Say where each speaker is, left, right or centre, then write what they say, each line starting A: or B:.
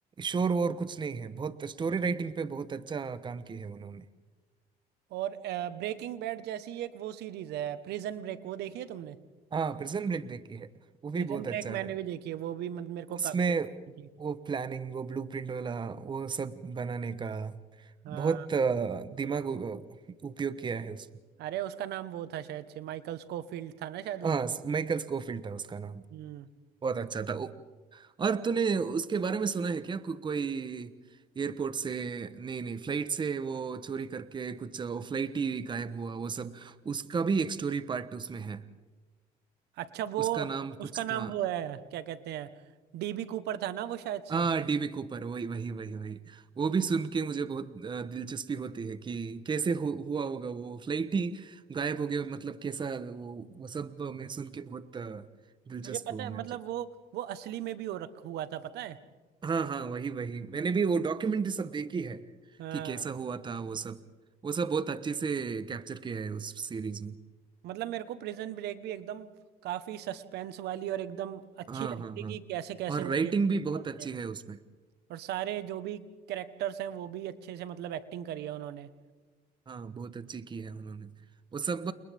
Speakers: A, on the right; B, on the right.
A: शोर वोर कुछ नहीं है बहुत स्टोरी राइटिंग पे बहुत अच्छा काम की है उन्होंने
B: और ब्रेकिंग बैड जैसी एक वो सीरीज है प्रिजन ब्रेक वो देखी है तुमने
A: हाँ प्रिजन ब्रेक देखी है वो भी
B: प्रिजन
A: बहुत
B: ब्रेक
A: अच्छा
B: मैंने
A: है
B: भी देखी है वो भी मतलब मेरे को
A: उसमें
B: काफी बड़ी लगी।
A: वो प्लानिंग वो ब्लूप्रिंट वाला वो सब बनाने का
B: हाँ
A: बहुत अ, दिमाग उ- उपयोग किया है उसमें
B: अरे उसका नाम वो था शायद से माइकल स्कोफील्ड था ना शायद उसका
A: हाँ माइकल स्कोफिल्ड था उसका नाम
B: हम्म
A: बहुत अच्छा था वो- और तूने उसके बारे में सुना है क्या को, कोई एयरपोर्ट से नहीं नहीं फ्लाइट से वो चोरी करके कुछ वो फ्लाइट ही गायब हुआ वो सब उसका भी एक स्टोरी पार्ट उसमें है
B: अच्छा वो
A: उसका नाम
B: उसका
A: कुछ
B: नाम
A: था
B: वो है क्या कहते हैं डीबी कूपर था ना वो शायद
A: हाँ
B: से
A: डीबी कूपर वही वही वही वही वो भी सुन के मुझे बहुत अ, दिलचस्पी होती है कि कैसे हो, हुआ होगा वो फ्लाइट ही गायब हो गया मतलब कैसा वो वो सब मैं सुन के बहुत अ, दिलचस्प
B: तुझे पता
A: हुआ
B: है
A: मुझे
B: मतलब वो वो असली में भी हो रख हुआ था पता है
A: हाँ हाँ वही वही मैंने भी वो डॉक्यूमेंट्री सब देखी है
B: हाँ
A: कि कैसा हुआ था वो सब वो सब बहुत अच्छे से कैप्चर किया है उस सीरीज में
B: मतलब मेरे को प्रिजन ब्रेक भी एकदम काफी सस्पेंस वाली और एकदम अच्छी
A: हाँ
B: लगती
A: हाँ हाँ
B: है कि कैसे कैसे
A: और
B: वो
A: राइटिंग
B: केस
A: भी बहुत
B: चलते
A: अच्छी
B: हैं
A: है उसमें
B: और सारे जो भी कैरेक्टर्स हैं वो भी अच्छे से मतलब एक्टिंग करी है उन्होंने
A: हाँ बहुत अच्छी की है उन्होंने वो सब